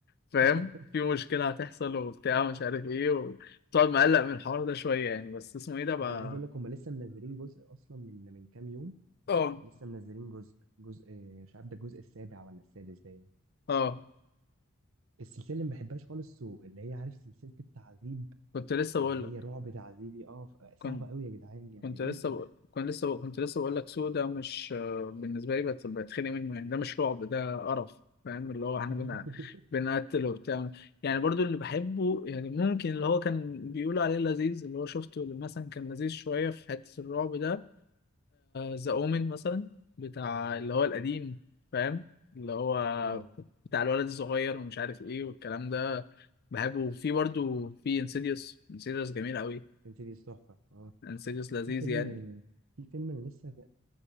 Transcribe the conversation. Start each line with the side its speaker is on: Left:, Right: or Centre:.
Left: فاهم
Right: <laughs>
Left: في مشكلة هتحصل وبتاع مش عارف ايه وتقعد مقلق من الحوار ده شوية يعني بس اسمه ايه ده بقى
Right: آه، انا عايز اقول لك هم لسه منزلين جزء اصلا من من كام يوم
Left: اه
Right: لسه منزلين جزء جزء آه، مش عارف ده الجزء السابع ولا السادس باين
Left: اه
Right: السلسله اللي ما بحبهاش خالص سو اللي هي عارف سلسله التعذيب
Left: كنت لسه
Right: اللي
Left: بقول
Right: هي رعب تعذيبي اه ف- آه، صعبه
Left: لك
Right: قوي يا جدعان يعني
Left: كنت
Right: ليه
Left: لسه
Right: كده
Left: ب... كنت لسه ب... كنت لسه بقول لك سودا مش آه، بالنسبه لي بت... بتخنق منه يعني ده مش رعب ده قرف فاهم اللي هو احنا
Right: <laughs>
Left: بن... بنقتل وبتاع يعني برضو اللي بحبه يعني ممكن اللي هو كان بيقولوا عليه لذيذ اللي هو شفته اللي مثلا كان لذيذ شويه في حته الرعب ده ذا اومن مثلا بتاع اللي هو القديم فاهم اللي هو
Right: اه
Left: بتاع الولد الصغير ومش عارف ايه والكلام ده بحبه وفي برضو في انسيديوس انسيديوس جميل قوي
Right: انسيديوس تحفه اه
Left: انسيديوس لذيذ
Right: في فيلم
Left: يعني
Right: في فيلم أنا لسه